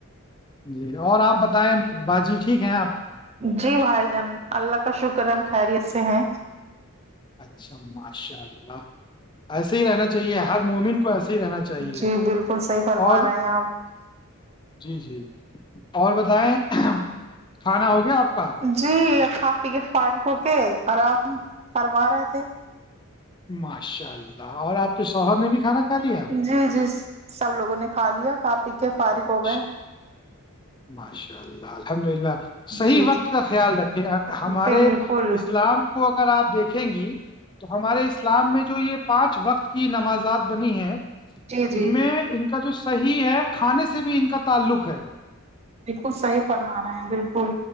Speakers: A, on the left; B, on the right.
A: جی اور آپ بتائیں باجی ٹھیک ہے آپ
B: جی بھائی جان اللہ کا شکر ہے ہم خیریت سے ہیں
A: اچھا ماشاء اللہ ایسے ہی رہنا چاہیے ہر مومن ایسے ہی رہنا چاہیے
B: جی بالکل صحیح فرما
A: اور
B: رہے ہیں آپ
A: جی جی اور بتائیں کھانا ہو گیا آپ کا
B: جی آپ کے فارغ ہو کے آرام فرما رہے تھے
A: ماشاء اللہ اور آپ کے شوہر نے بھی کھانا کھا لیا
B: جی جی سب لوگوں نے کھا لیا کا پی کے فارغ
A: ماشاء
B: ہو گئے
A: ماشاء اللہ الحمد للہ صحیح
B: جی جی
A: وقت کا خیال رکھے ہمارے
B: بالکل
A: اسلام کو اگر آپ دیکھیں گی تو ہمارے اسلام میں جو یہ پانچ وقت کی نمازات بنی ہیں
B: جی جی
A: ان میں ان کا جو صحیح ہے کھانے سے بھی ان کا تعلق ہے
B: بالکل صحیح فرما رہے ہیں بالکل